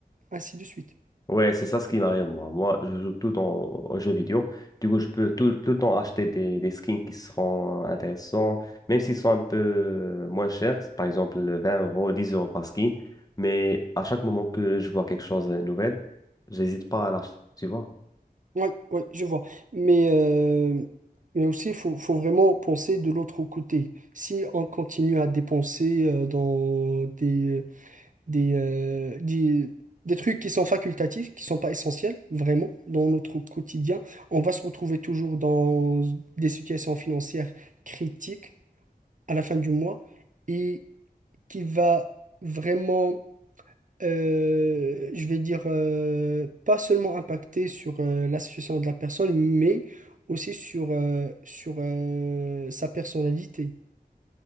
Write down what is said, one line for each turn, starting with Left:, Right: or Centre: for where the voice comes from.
Right: ainsi de suite.
Left: Ouais, c'est ça ce qui m'arrive, moi. Moi, je joue tout le temps aux jeux vidéo. Du coup, je peux tout, tout le temps acheter des, des skins qui seront euh, intéressants, même s'ils sont un peu euh, moins chers, par exemple 20 euros, 10 euros par skin. Mais à chaque moment que je vois quelque chose de nouvel, j'hésite pas à l'acheter, tu vois?
Right: Oui, oui, je vois. Mais, euh, mais aussi, il faut, faut vraiment penser de l'autre côté. Si on continue à dépenser euh, dans des, des, euh, des, des trucs qui sont facultatifs, qui sont pas essentiels, vraiment, dans notre quotidien, on va se retrouver toujours dans des situations financières critiques à la fin du mois et qui va vraiment euh, je vais dire, euh, pas seulement impacté sur euh, la situation de la personne, mais aussi sur, euh, sur euh, sa personnalité.